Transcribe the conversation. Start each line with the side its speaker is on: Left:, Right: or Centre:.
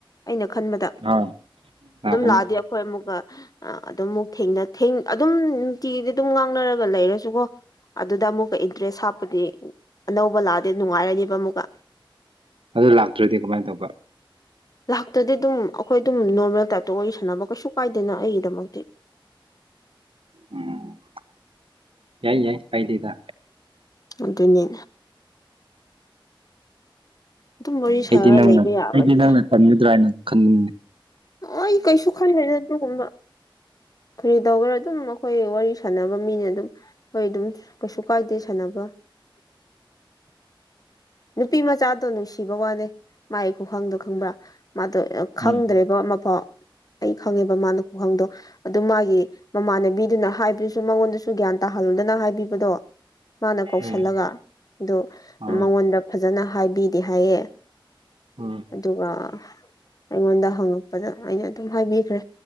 Left: ꯑꯩꯅ ꯈꯟꯕꯗ
Right: ꯑꯥ ꯂꯥꯛꯀꯅꯤ
Left: ꯑꯗꯨꯝ ꯂꯥꯛꯑꯗꯤ ꯑꯩꯈꯣꯏ ꯑꯃꯨꯛꯀ ꯑꯗꯨꯝ ꯑꯃꯨꯛ ꯊꯦꯡꯅ ꯊꯦꯡ ꯑꯗꯨꯝ ꯅꯨꯡꯇꯤꯒꯤꯗꯤ ꯑꯗꯨꯝ ꯉꯥꯡꯅꯔꯒ ꯂꯩꯔꯁꯨꯀꯣ ꯑꯗꯨꯗ ꯑꯃꯨꯛꯀ ꯏꯟꯇꯔꯦꯁ ꯍꯥꯞꯄꯗꯤ ꯑꯅꯧꯕ ꯂꯥꯛꯑꯗꯤ ꯅꯨꯡꯉꯥꯏꯔꯅꯤꯕ ꯑꯃꯨꯛꯀ
Right: ꯑꯗꯣ ꯂꯥꯛꯇ꯭ꯔꯗꯤ ꯀꯃꯥꯏꯅ ꯇꯧꯕ
Left: ꯂꯥꯛꯇ꯭ꯔꯗꯤ ꯑꯗꯨꯝ ꯑꯩꯈꯣꯏ ꯑꯗꯨꯝ ꯅꯣꯔꯃꯦꯜ ꯇꯥꯏꯞꯇ ꯋꯥꯔꯤ ꯁꯥꯟꯅꯕ ꯀꯩꯁꯨ ꯀꯥꯏꯗꯦꯅ ꯑꯩꯒꯤꯗꯃꯛꯇꯤ
Right: ꯎꯝ ꯌꯥꯏ ꯌꯥꯏ ꯀꯥꯏꯗꯦꯗ
Left: ꯑꯗꯨꯅꯦ ꯑꯗꯨꯝ ꯋꯥꯔꯤ
Right: ꯑꯩꯗꯤ
Left: ꯁꯥꯔ
Right: ꯅꯪꯅ
Left: ꯂꯩꯕ ꯌꯥꯕꯅꯤꯗ
Right: ꯑꯩꯗꯤ ꯅꯪꯅ ꯇꯝꯒꯗ꯭ꯔꯥ ꯍꯥꯏꯅ ꯈꯟꯕꯅꯦ
Left: ꯑꯣꯏ ꯀꯩꯁꯨ ꯈꯜꯗ꯭ꯔꯦ ꯑꯗꯨꯒꯨꯝꯕ ꯀꯔꯤ ꯇꯧꯕꯔ ꯑꯗꯨꯝ ꯑꯩꯈꯣꯏ ꯋꯥꯔꯤ ꯁꯥꯟꯅꯕ ꯃꯤꯅꯦ ꯑꯗꯨꯝ꯫ ꯍꯣꯏ ꯑꯗꯨꯝ ꯀꯩꯁꯨ ꯀꯥꯏꯗꯦ ꯁꯥꯟꯅꯕ꯫
Right: <inaudible>
Left: ꯅꯨꯄꯤ ꯃꯆꯥꯗꯣ ꯅꯨꯡꯁꯤꯕ ꯋꯥꯅꯦ ꯃꯥꯥꯏ ꯈꯨꯈꯪꯗꯣ ꯈꯪꯕ꯭ꯔꯥ ꯃꯥꯗꯣ ꯈꯪꯗ꯭ꯔꯦ
Right: ꯎꯝ
Left: ꯑꯗꯣ ꯑꯃꯐꯥꯎ ꯑꯩ ꯈꯪꯉꯦꯕ ꯃꯥꯅ ꯈꯨꯈꯪꯗꯣ꯫ ꯑꯗꯨ ꯃꯥꯒꯤ ꯃꯃꯥꯟꯅꯕꯤꯗꯨꯅ ꯍꯥꯏꯕꯗꯨꯁꯨ ꯃꯉꯣꯟꯗꯁꯨ ꯒ꯭ꯌꯥꯟ ꯇꯥꯍꯜꯂꯨꯗꯅ ꯍꯥꯏꯕꯤꯕꯗꯣ꯫ ꯃꯥꯅ ꯀꯧꯁꯜꯂꯒ
Right: ꯎꯝ
Left: ꯑꯗꯨ
Right: ꯑꯥ
Left: ꯃꯉꯣꯟꯗ ꯐꯖꯅ ꯍꯥꯏꯕꯤꯗꯦ ꯍꯥꯏꯌꯦ꯫
Right: ꯎꯝ꯫
Left: ꯑꯗꯨꯒ ꯑꯩꯉꯣꯟꯗ ꯍꯪꯉꯛꯄꯗ ꯑꯩꯅ ꯑꯗꯨꯝ ꯍꯥꯏꯕꯤꯈ꯭ꯔꯦ